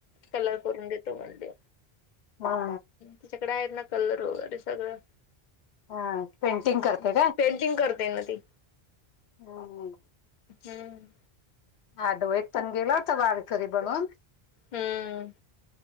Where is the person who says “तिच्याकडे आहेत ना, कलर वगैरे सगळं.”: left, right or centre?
Left